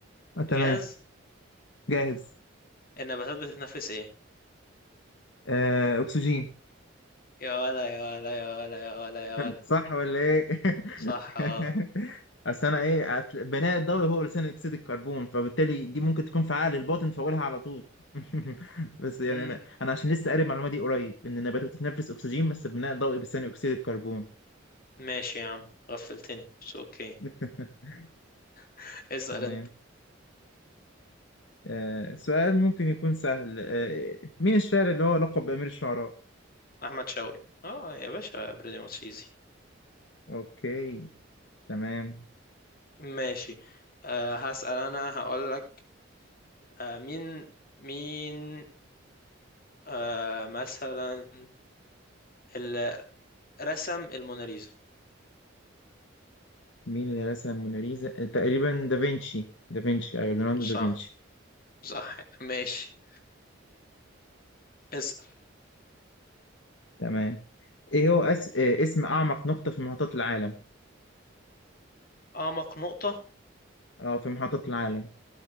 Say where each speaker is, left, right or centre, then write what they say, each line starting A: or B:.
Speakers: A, on the left; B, on the left.
A: آه. تمام
B: جاهز
A: جاهز
B: النباتات بتتنفس ايه
A: آه، اكسجين
B: يا ولا يا ولا يا ولا يا ولا يا
A: <laughs>
B: ولا
A: صح ولا ايه
B: صح
A: <laughs>
B: اه
A: اصل انا ايه أصل بناء الضوئي هو ثاني اكسيد الكربون فبالتالي دي ممكن تكون فعال الباطن فاقولها على طول <laughs> بس يعني
B: امم
A: انا انا عشان لسه قاري المعلومه دي قريب ان النباتات بتتنفس اكسجين بس بناء الضوئي بثاني اكسيد الكربون
B: ماشي يا عم غفلتني بس اوكي
A: <laughs>
B: <laughs> اسأل
A: تمام
B: انت
A: آه، سؤال ممكن يكون سهل آه، مين الشاعر اللي هو لقب بأمير الشعراء؟
B: احمد شوقي اه يا باشا بريدي ماتش ايزي
A: اوكي تمام
B: ماشي أه هسأل انا هقول لك أه مين مين أه مثلا اللي رسم الموناليزا
A: مين اللي رسم موناليزا؟ آه، تقريبا دافنشي دافنشي ايوه ليوناردو
B: صح
A: دافنشي
B: صح ماشي اسأل
A: تمام ايه هو أس... إيه اسم اعمق نقطة في محيطات العالم
B: اعمق نقطة
A: اه في محيطات العالم